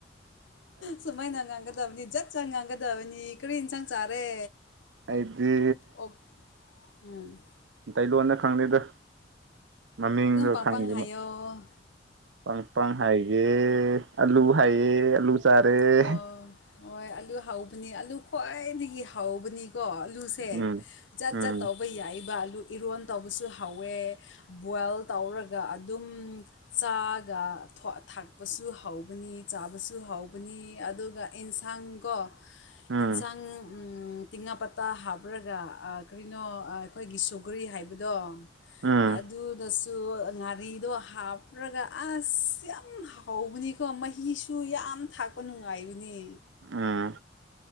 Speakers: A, on the left; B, on the right.
A: ꯁꯨꯃꯥꯏꯅ ꯉꯥꯡꯒꯗꯕꯅꯤ ꯖꯠ ꯆꯖ ꯉꯥꯡꯒꯗꯕꯅꯤ ꯀꯔꯤꯏ ꯏꯟꯁꯥꯡ ꯆꯥꯔꯦ
B: ꯑꯗꯤ
A: ꯑꯣꯛ ꯎꯝ
B: ꯑꯩ ꯂꯣꯟꯗ ꯈꯪꯗꯦꯗ ꯃꯃꯤꯡꯗꯣ
A: ꯑꯗꯨꯝ ꯄꯪꯄꯪ
B: ꯈꯪꯒꯦ
A: ꯍꯥꯏꯌꯣ
B: ꯄꯪ ꯄꯪ ꯍꯥꯏꯒꯦ ꯑꯂꯨ ꯍꯥꯏꯌꯦ ꯑꯂꯨ ꯆꯥꯔꯦ
A: ꯍꯣꯏ ꯍꯣꯏ ꯑꯂꯨ ꯍꯥꯎꯕꯅꯤ ꯑꯂꯨ ꯈ꯭ꯋꯥꯏꯗꯒꯤ ꯍꯧꯕꯅꯤꯀꯣ ꯑꯂꯨꯁꯦ
B: ꯎꯝ
A: ꯖꯠ
B: ꯎꯝ
A: ꯖꯠ ꯇꯧꯕ ꯌꯥꯏꯕ ꯑꯥꯂꯨ ꯑꯗꯨ ꯏꯔꯣꯟ ꯇꯧꯕꯁꯨ ꯍꯧꯋꯦ ꯕꯣꯏꯜ ꯇꯧꯔꯒ ꯑꯗꯨꯝ ꯆꯥꯒ ꯊꯥꯛꯄꯁꯨ ꯍꯧꯒꯅꯤ ꯆꯥꯕꯁꯨ ꯍꯧꯕꯅꯤ ꯑꯗꯨꯒ ꯑꯦꯟꯁꯥꯡ ꯀꯣ
B: ꯎꯝ
A: ꯌꯦꯟꯁꯥꯡ ꯇꯤꯉꯥ ꯄꯇꯥ ꯍꯥꯞꯔꯒ ꯀꯔꯤꯅꯣ ꯑꯩꯈꯣꯏꯒꯤ ꯁꯨꯒ꯭ꯔꯤ ꯍꯥꯏꯕꯗꯣ
B: ꯎꯝ
A: ꯑꯗꯨꯗ ꯁꯨ ꯉꯥꯔꯤꯗꯣ ꯍꯥꯞ꯭ꯔꯒ ꯑꯁ ꯌꯥꯝ ꯍꯥꯎꯧꯕꯅꯤꯀꯣ ꯃꯩ ꯑꯩꯁꯨ ꯌꯥꯝ ꯊꯥꯛꯄ ꯅꯨꯡꯉꯥꯏꯕꯅꯤ
B: ꯎꯝ